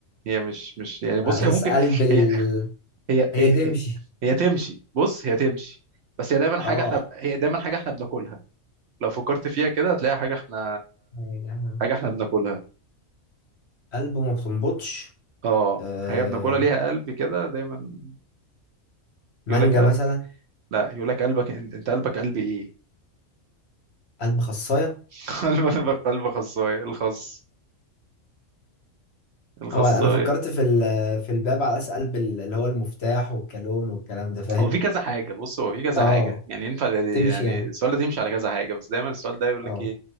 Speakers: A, on the right (about 65°); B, on the left (about 55°).
A: هي مش مش يعني بص
B: على اساس
A: هي ممكن
B: قلب ال...
A: هي هي
B: هي
A: هي,
B: هتمشي
A: هي, هي تمشي بص هي تمشي بس هي دايما حاجة
B: اه
A: احنا هي دايما حاجة احنا بناكلها لو فكرت فيها كده هتلاقي حاجة احنا
B: يا جماعة.
A: حاجة احنا بناكلها
B: قلب ما بتنبضش
A: اه
B: آه...
A: حاجة بناكلها ليها قلب كده دايما
B: مانجا
A: يقول لك آه
B: مثلا
A: لا يقول لك قلبك انت قلبك قلب ايه
B: قلب خصايه
A: <laughs> قلبك قلب خصاية الخص الخصاية
B: هو انا فكرت في ال... في الباب على اساس قلب ال- اللي هو المفتاح والكالون والكلام ده فاهم
A: هو في كذا حاجة بص هو في كذا
B: اه
A: حاجة يعني ينفع لل- يعني
B: تمشي يعني
A: السؤال ده تمشي على كذا حاجة بس دايما السؤال ده يقول
B: اه
A: لك ايه